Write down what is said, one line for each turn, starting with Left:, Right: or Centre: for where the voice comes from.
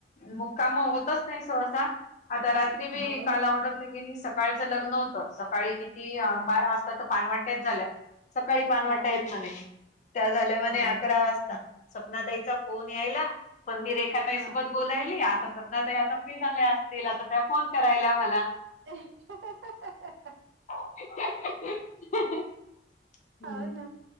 Left: मग काम होतच नाही सहसा आता रात्री मी
Right: हाव
Left: काल
Right: ना
Left: ऑर्डरले गेली सका सकाळचं लग्न होतं सकाळी कि कि
Right: हा
Left: बारा वाजता तर पानवाट्याच झाल्या सकाळी पानवाट्या
Right: हाव
Left: येत
Right: ना
Left: म्हणे. त्या झाल्या म्ह
Right: हा
Left: अकरा वाजता सपना ताईचा फोन यायला पण मी रेखा ताईसोबत
Right: हा.
Left: आता सतना आता फ्री झाल्या असतील आता त्या फोन करायल्या मला
Right: <unintelligible>
Left: <unintelligible>
Right: हो ना